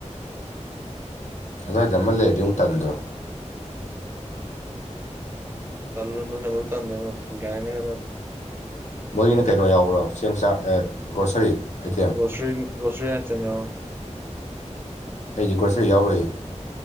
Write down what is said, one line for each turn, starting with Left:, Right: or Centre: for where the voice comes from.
Left: ꯑꯗꯨ꯭ꯏꯗꯃ ꯂꯩꯗꯤꯨꯛ ꯇꯟꯗ꯭ꯔꯣ
Right: ꯀꯂꯅ ꯀꯗꯕꯨ ꯊꯥꯗꯅꯒꯅꯦ ꯀꯗ
Left: ꯃꯣꯏꯒꯤꯅ ꯀꯩꯅꯣ ꯌꯥꯎꯕ꯭ꯔꯣ ꯆꯦꯡ ꯆꯥꯛ ꯑꯦꯠ ꯒ꯭ꯔꯣꯁꯔꯤ ꯑꯥꯏꯇꯦꯝ
Right: ꯁꯔꯤ ꯨꯁꯔꯤ ꯌꯥ ꯊ ꯌꯥ
Left: ꯑꯩꯗꯤ ꯀꯣꯠꯆꯔ ꯌꯥꯎꯔꯛꯏ